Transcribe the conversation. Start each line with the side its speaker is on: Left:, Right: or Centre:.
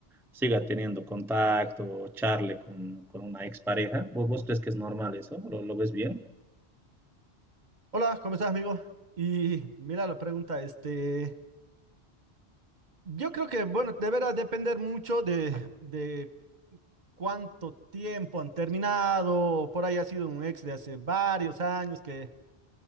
Centre: siga teniendo contacto o charle con, con una expareja? ¿Vos, vos crees que es normal eso? ¿Lo, lo ves bien?
Right: Hola, ¿cómo estás, amigo? Y mira la pregunta, este, yo creo que, bueno, deberá depender mucho de, de cuánto tiempo han terminado, por ahí ha sido un ex de hace varios años que,